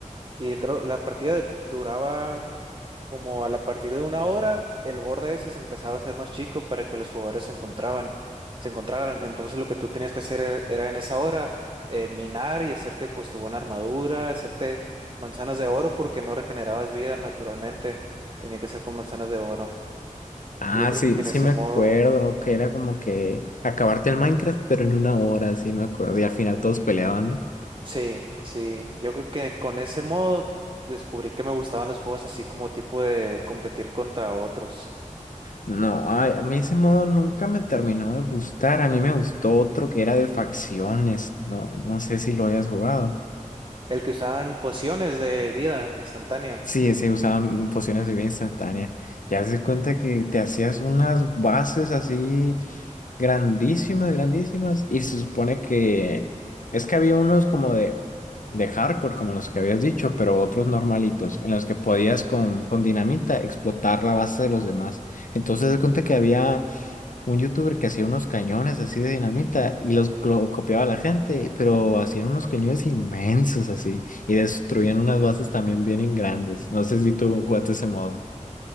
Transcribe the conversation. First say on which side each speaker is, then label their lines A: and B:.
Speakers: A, on the right; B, on the left.
A: Y creo la partida de- duraba Como a la partir de una hora, el borde ese se empezaba a hacer más chico para que los jugadores se encontraban, se encontraran. Entonces lo que tú tenías que hacer e- era en esa hora eh, minar y hacerte pues tu buena armadura, hacerte manzanas de oro porque no regenerabas vida naturalmente. Tenía que ser con manzanas de oro.
B: Ah,
A: Y Yo creo
B: sí,
A: que en
B: sí
A: ese
B: me
A: modo,
B: acuerdo que era como que acabarte el Minecraft, pero en una hora, sí me acuerdo. Y al final todos peleaban, ¿no?
A: sí, sí, yo creo que con ese modo descubrí que me gustaban los juegos así como tipo de competir contra otros.
B: No, ay, a mí ese modo nunca me terminó de gustar. A mí me gustó otro que era de facciones. No, no sé si lo hayas jugado.
A: El que usaban pociones de vida instantánea.
B: Sí, se usaban pociones de vida instantánea. Ya se cuenta que te hacías unas bases así grandísimas, grandísimas. Y se supone que es que había unos como de, de hardcore, como los que habías dicho, pero otros normalitos, en los que podías con, con dinamita explotar la base de los demás. Entonces se cuenta que había un youtuber que hacía unos cañones así de dinamita y los lo copiaba a la gente, pero hacían unos cañones inmensos así y destruían unas bases también bien grandes. No sé si tú jugaste ese modo.